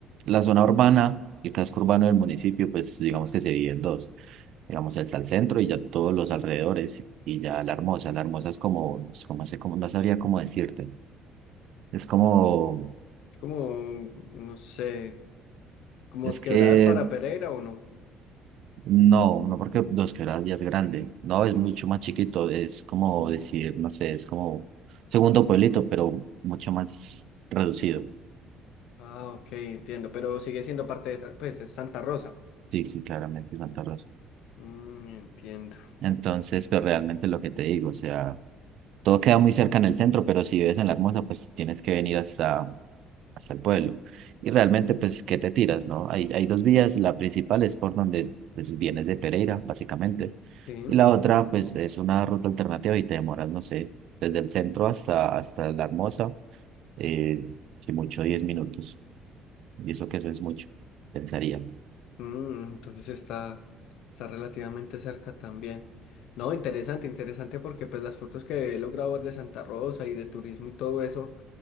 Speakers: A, on the right (about 55°); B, on the left (about 70°).
A: La zona urbana, el casco urbano del municipio, pues digamos que se divide en dos. Digamos, está el centro y ya todos los alrededores y ya la hermosa. La hermosa es como, es como, sé cómo- no sabría cómo decirte. Es como,
B: Es como, no sé, como
A: es
B: es
A: que
B: quebradas para Pereira o no.
A: no, no porque Dos Quebradas ya es grande. No, es mucho más chiquito. Es como decir, no sé, es como segundo pueblito, pero mucho más reducido.
B: Ah, ok, entiendo, pero sigue siendo parte de, Sa- pues, es Santa Rosa.
A: Sí, sí, claramente Santa Rosa.
B: Mm, entiendo.
A: Entonces, pero realmente lo que te digo, o sea, Todo queda muy cerca en el centro, pero si vives en La Hermosa, pues tienes que venir hasta, hasta el pueblo. Y realmente, pues, ¿qué te tiras, no? Hay, hay dos vías. La principal es por donde pues, vienes de Pereira, básicamente.
B: Sí,
A: Y la otra, pues, es una ruta alternativa y te demoras, no sé, desde el centro hasta, hasta La Hermosa, eh, si mucho, 10 minutos. Y eso que eso es mucho, pensaría.
B: mm, entonces está, está relativamente cerca también. No, interesante, interesante porque pues las fotos que he logrado ver de Santa Rosa y de turismo y todo eso,